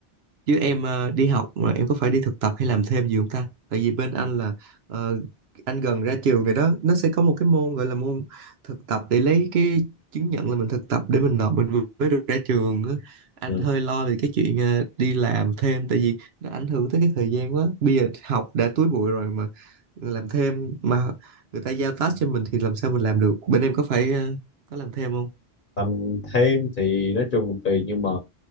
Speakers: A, on the right; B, on the left.
A: chứ em ờ, đi học mà em có phải đi thực tập hay làm thêm gì không ta tại vì bên anh là ờ, anh gần ra trường rồi đó nó sẽ có một cái môn gọi là môn thực tập để lấy cái chứng nhận là mình thực tập để mình nộp mình vừa mới được ra trường á anh
B: ừ.
A: hơi lo về cái chuyện ờ, đi làm thêm tại vì nó ảnh hưởng tới cái thời gian quá bây giờ học đã túi bụi rồi mà làm thêm mà người ta giao task cho mình thì làm sao mình làm được bên em có phải ờ, có làm thêm không
B: làm thêm thì nói chung cũng tùy nhưng mà